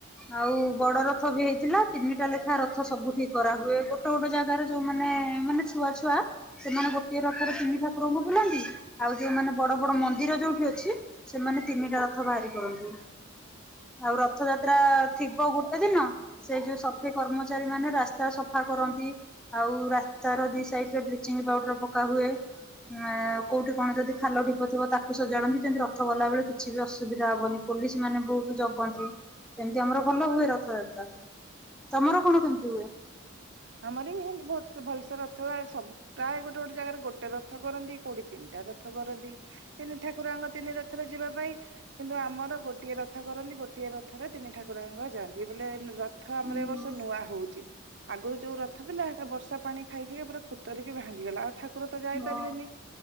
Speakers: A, in the centre; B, on the right.
A: ଆଉ ବଡ ରଥ ବି ହେଇଥିଲା ତିନିଟା ଲେଖାଏ ରଥ ସବୁ ଠିକରାହୁଏ। ଗୋଟେ ଗୋଟେ ଜାଗାରେ ଯୋଉ ମାନେ ମାନେ ଛୁଆ ଛୁଆ ସେମାନେ ଗୋଟିଏ ରଥରେ ତିନି ଠାକୁରଙ୍କୁ ବୁଲାନ୍ତି ଆଉ ଯୋଉ ମାନେ ବଡ ବଡ ମନ୍ଦିର ଯୋଉଠି ଅଛି। ସେମାନେ ତିନିଟା ରଥ ବାହାରି କରନ୍ତି। ଆଉ ରଥଯାତ୍ରା ଥିବ ଗୋଟେ ଦିନ ସେଇ ଯୋଉ ସଫେଇ କର୍ମଚାରୀ ମାନେ ରାସ୍ତା ସଫ ସଫା କରନ୍ତି ଆଉ ରାସ୍ତାର ଦିଇ ସାଇଟି ରେ ବ୍ଲିଚିଂ ପାଉଡର ପକା ହୁଏ। ଉ କୋଉଠି କଣ ଯଦି ଖାଲ ଢିପ ଥିବ ତାକୁ ସଜାଡ଼ନ୍ତି ଯେମିତି ରଥ ଗଲା ବେଳେ କିଛି ବି ଅସୁବିଧା ହବନି। ପୋଲିସ ମାନେ ବହୁତ ଜଗନ୍ତି। ଏମିତି ଆମର ଭଲ ହୁଏ ରଥଯାତ୍ରା। ତମର କଣ କେମିତି ହୁଏ?
B: ଆମର ବି ହେଁ ମିତି ଭ ଭଲସେ ରଥ ହୁଏ ସବୁ ପ୍ରାୟ ଗୋଟେ ଗୋଟେ ଜାଗାରେ ଗୋଟେ ରଥ କରନ୍ତି କୋଉଠି ତିନିଟା ରଥ କରନ୍ତି। ତିନି ଠାକୁରଆଙ୍କ ତିନି ରଥରେ ଯିବା ପାଇଁ। କିନ୍ତୁ ଆମର ଗୋଟିଏ ରଥ କରନ୍ତି ଗୋଟିଏ ରଥରେ ତିନି ଠାକୁରଆଙ୍କ ଯାଆନ୍ତି ବୋଲେ ଥ ଆମର
A: ହୁଁ
B: ଏ ବର୍ଷ
A: ହୁଁ।
B: ନୂଆ ହଉଚି ଆଗରୁ ଯୋଉ ରଥ ଥିଲା ହେଟା ବର୍ଷା ପାଣି ଖାଇଖାଇ ପୁରା ଖୁତରିକି ଭାଙ୍ଗିଗଲା ଆଉ ଠାକୁର ତ ଯାଇପାରିବେନି।
A: ହଁ